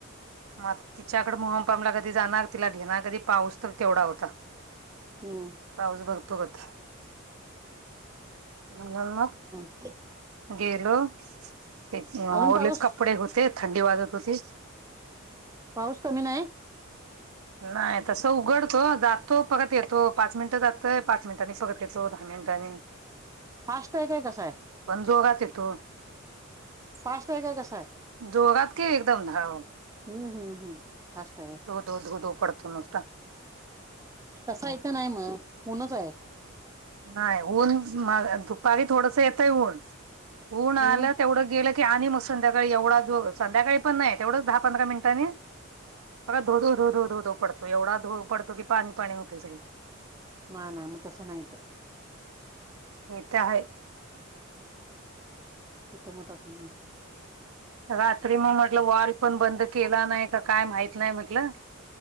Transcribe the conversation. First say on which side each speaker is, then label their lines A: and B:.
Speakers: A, on the right; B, on the right.
A: मग आता तिच्याकड मोहमपामला कधी जाणार तिला घेणार कधी पाऊस तर केवढा होता
B: हम
A: पाऊस भरपूर होता बर मग
B: ह
A: गेलो ते ओलेच
B: अजून पाऊस
A: कपडे होते थंडी वाजत होती
B: पाऊस कमी नाही
A: नाही तसं उघडतो जातो परत येतो पाच मिनटं जातो तर पाच मिनिटांनी परत येतो दहा मिनिटांनी
B: फास्ट आहे का कसं आहे
A: पण जोरात येतो
B: फास्ट आहे का कस आहे
A: जोरात की एकदम धो
B: हम्म हम्म हम्म फास्ट आहे
A: धो धो धो धो पडतो नुसता
B: तसा इथं नाही मग ऊनच आहे
A: नाही ऊन दुपारी थोडस येतय ऊन ऊन
B: हम्म
A: आलं तेवढं गेलं की आणि मग संध्याकाळी एवढा जो संध्याकाळी पण नाही तेवढंच दहा पंधरा मिनिटांनी बघ धो धो धो पडतोय एवढा धो पडतो की पाणी पाणी होतेय सगळी
B: नाही नाही मग तसं नाही हित
A: हित आहे
B: हित मग तसं नाही
A: रात्री मग म्हटलं वॉल पण बंद केला नाही तर काय माहित नाही म्हटलं